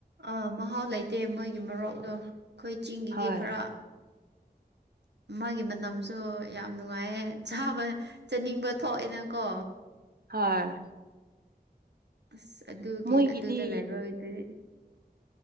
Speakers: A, on the right (about 90°); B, on the right (about 65°).
A: ꯑꯥ ꯃꯍꯥꯎ ꯂꯩꯇꯦ ꯃꯣꯏꯒꯤ ꯃꯔꯣꯛꯗꯣ ꯈꯣꯏ ꯆꯤꯡꯒꯤꯗꯤ
B: ꯍꯣꯏ
A: ꯈꯔ ꯃꯥꯒꯤ ꯃꯅꯝꯁꯨ ꯌꯥꯝ ꯅꯨꯡꯉꯥꯏꯌꯦ ꯆꯥꯕ ꯆꯥꯅꯤꯡꯕ ꯊꯣꯛꯑꯦꯅꯀꯣ
B: ꯍꯣꯏ
A: ꯑꯁ ꯑꯗꯨꯒꯤ
B: ꯃꯣꯏꯒꯤꯗꯤ
A: ꯑꯗꯨꯗ ꯂꯥꯏꯕꯒꯣꯏꯗꯨꯗꯤ